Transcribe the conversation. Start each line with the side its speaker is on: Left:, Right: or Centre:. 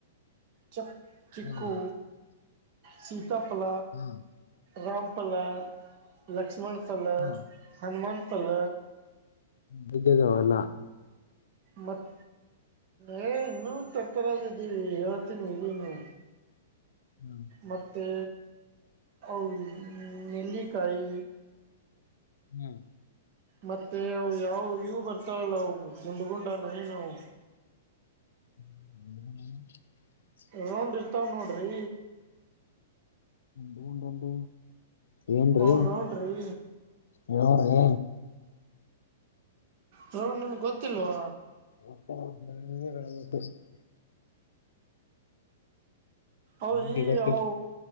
Right: ಚಕ್ ಚಿಕ್ಕೂ
Left: ಹಾ
Right: ಸೀತಾಫಲ.
Left: ಹ್ಮ್
Right: ರಾಮಪಲ ಲಕ್ಷ್ಮಣ ಪಲ್ಲ
Left: ಹಾ
Right: ಹನುಮಾನ್ ಪಲ್ಲ
Left: ಬಿದ್ದಿದಾವೆಲ್ಲ
Right: ಮತ್ ಎ ಇನ್ನೂ ತರ್ತರದಿದ್ದೀವಿ ಹೇಳ್ತೀನಿ ಇರಿ ಇನ್ನು.
Left: ಹ್ಮ್
Right: ಮತ್ತೆ ಅವು ನೆಲ್ಲಿಕಾಯಿ
Left: ಹ್ಮ್
Right: ಮತ್ತೆ ಅವು ಯಾವ ಇವು ಬರ್ತಾವಲ್ಲ ಅವು ಗುಂಡ ಗುಂಡಗೆ ಏನ್ ಅವು
Left: ಹ್ಮ <inaudible>
Right: ರೌಂಡ್ ಇರ್ತವ್ ನೋಡ್ರಿ
Left: ಗುಂಡಂದ ಏನ್ರಿ?
Right: ಅವ ರೌಂಡ್ರಿ
Left: ಯಾವ್ರೀ?
Right: ಬ್ರೋ ನಿಮಗ್ ಗೊತ್ತಿಲ್ವಾ?
Left: <inaudible>
Right: ಅವ್ರಿ
Left: ನಮಗೆ ಗೊತ್ತಿಲ್ಲ
Right: ಅವು